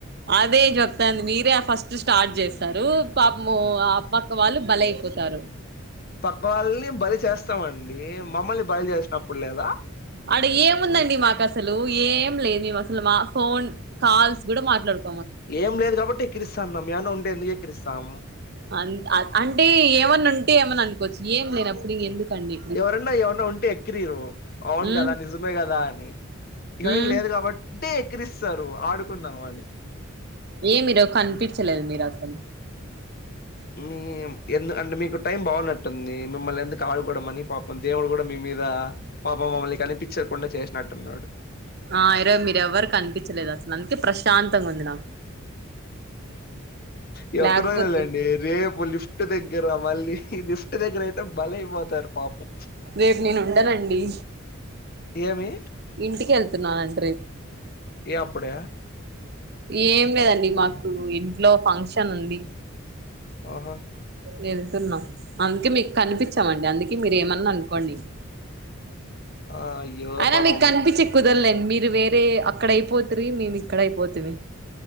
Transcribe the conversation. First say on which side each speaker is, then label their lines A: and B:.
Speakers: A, on the right; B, on the left.
A: అదే చెప్తాంది మీరే ఆ ఫస్ట్ స్టార్ట్ చేస్తారు పాపము ఆ పక్క వాళ్ళు బలైపోతారు
B: పక్క వాళ్ళని బలి చేస్తామండి మమ్మల్ని బలి చేసినప్పుడు లేదా
A: అడ ఏముందండి
B: హ్మ్.
A: మాకసలు అసలు ఏం లేదు మేము అసలు మా ఫోన్ కాల్స్ కూడా మాట్లాడుకుం
B: ఏం లేదు కాబట్టి ఎక్కిరిస్తాన్నా ఏమన్న ఉంటే ఎందుకేకిరిస్తాం
A: అంత అంటే ఏమనుంటే ఏమన్ననుకోవచ్చు ఏమ్ లేనప్పుడు ఎందుకండి
B: ఎవరన్నా ఏమన్నా ఉంటే ఎక్కిరియ్యరు అవును
A: మ్మ్
B: కదా నిజమే కదా అని ఏం
A: మ్మ్
B: లేదు కాబట్టి టే ఎక్కిరిస్తరూ ఆడుకుందాం అని
A: ఏ మీరు కనిపించలేదు
B: హ్మ్.
A: మీరసలు
B: ఏం ఎందుకు అంటే మీకు టైం బాగునట్టుంది మిమ్మల్ని ఎందుకు ఆడుకోడం మనీ పాపం దేవుడు కూడా మీ మీదా పాపం మిమ్మల్ని కనిపించకుండా చేసినట్టున్నాడు
A: ఆ ఈరోజు మీరెవ్వరు కనిపించలేదసలు అందుకే ప్రశాంతంగుంది నాకు
B: ఈ ఒక్క
A: లేకపోతే
B: రోజెలేండి రేపు లిఫ్ ట్ దగ్గర మళ్ళీ లిఫ్ట్ దగ్గర అయితే బలై పోతారు పాపం
A: రేప్ నేనుండనండీ
B: ఏమి
A: ఇంటికెళ్తున్నానండి రేప్
B: ఏ అప్పుడే
A: ఏం లేదండి మాకు ఇంట్లో ఫంక్షన్ ఉంది
B: ఆహా
A: వెళ్తున్నాం అందుకే మీకు కనిపించమండి అందుకే మీరేమన్నా అనుకోండి
B: ఆ! అయ్యో
A: అయినా
B: పాపం
A: మీకు కనిపించే కుదరలేండి మీరు వేరే అక్కడ అయిపోతురి మేమిక్కడ అయిపోతిమి